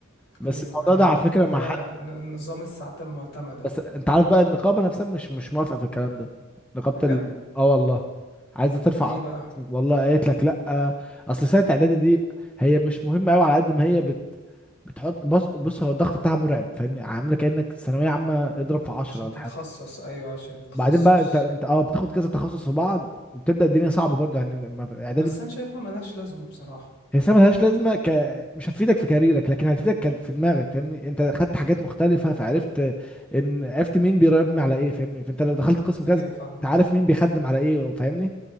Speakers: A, in the centre; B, on the left (about 55°).
A: بس
B: ايوه
A: الموضوع
B: ايوه
A: ده على فكره
B: لا
A: مع حد
B: ن- نظام الساعات المعتمدة
A: بس انت عارف بقى النقابه نفسها مش مش موافقه في الكلام ده نقابه
B: بجد
A: ال... اه والله عايزه ترفع
B: ليه
A: قضية.
B: بقى
A: والله قالت لك لا اصل سنه اعدادي دي هي مش مهمه قوي على قد ما هي بت... بتحط بص بص هو الضغط بتاعها مرعب فاهمني عامله كانك ثانويه عامه اضرب في 10
B: عشان
A: ولا
B: تتخصص
A: حاجه
B: ايوه عشان التخصص
A: وبعدين بقى انت انت اه بتاخد كذا تخصص في بعض وبتبدا الدنيا صعبه برضه يعني لما- اعدادي
B: بس انا شايفها ملهاش لازمة بصراحة
A: هي ملهاش لازمه ك... مش هتفيدك في كاريرك لكن هتفيدك كد- في دماغك فاهمني انت خدت حاجات مختلفه فعرفت ان عرفت مين بيرمي على ايه فاهمني فانت لو دخلت قسم كذا
B: ايوه فاهمك
A: انت عارف مين بيخدم على ايه فاهمني